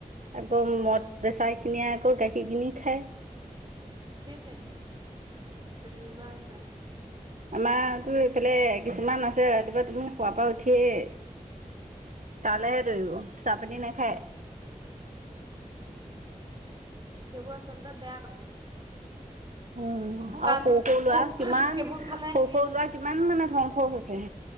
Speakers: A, on the right; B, on the right.
A: আকৌ
B: উম
A: মদ বেচা খিনিয়ে আকৌ গাখীৰ কিনি খাই।
B: সেইটোৱে সেই তেনেকুৱা আছে।
A: আমাৰতো ইফালে কিছুমান আছে ৰাতিপুৱা তুমি শুৱাৰ পৰা উঠিয়েই তালৈহে দৌৰিব চাহ পানী নেখায়।
B: সেইবোৰ আচলতে বেয়া কথা।
A: অ। উ
B: কাৰণ
A: আৰু সৰু
B: সেইবোৰ
A: সৰু লৰা কিমান
B: সেইবোৰ
A: সৰু
B: খালে হেৰি
A: সৰু লৰা কিমান মানে ধ্বংস হৈছে।